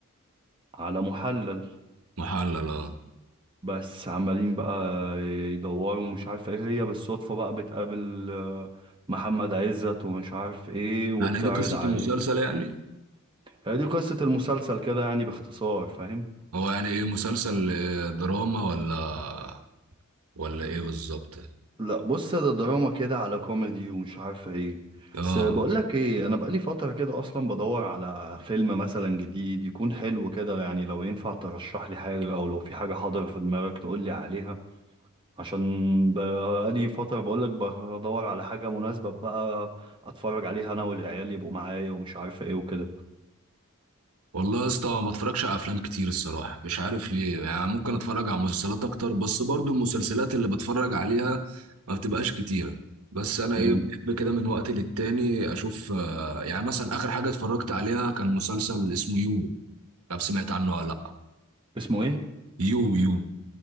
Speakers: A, on the right (about 20°); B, on the right (about 90°).
A: على محلل
B: محلل اه
A: بس عمالين بقى يدوروا ومش عارف ايه هي بالصدفة بقى بتقابل آه، محمد عزت ومش عارف ايه وبتعرض
B: يعني دي قصة
A: عليه
B: المسلسل يعني
A: هي دي قصة المسلسل كده يعني باختصار فاهم
B: هو يعني ايه مسلسل آه، دراما ولا ولا ايه بالظبط
A: لا بص ده دراما كده على كوميدي ومش عارف ايه
B: اه
A: بس بقول لك ايه انا بقالي فتره كده اصلا بدور على فيلم مثلا جديد يكون حلو كده يعني لو ينفع ترشح لي حاجه او لو في حاجه حاضره في دماغك تقول لي عليها عشان بقالي فتره بقول لك بدور على حاجه مناسبه بقى اتفرج عليها انا والعيال يبقوا معايا ومش عارف ايه وكده
B: والله يا اسطى ما بتفرجش على افلام كتير الصراحه مش عارف ليه يعني ممكن اتفرج على مسلسلات اكتر بس برضو المسلسلات اللي بتفرج عليها ما بتبقاش كتيره بس انا ايه
A: مم.
B: بحب كده من وقت للتاني اشوف آه، يعني مثلا اخر حاجه اتفرجت عليها كان مسلسل اسمه يو مش عارف سمعت عنه ولا لا
A: اسمه ايه
B: يو يو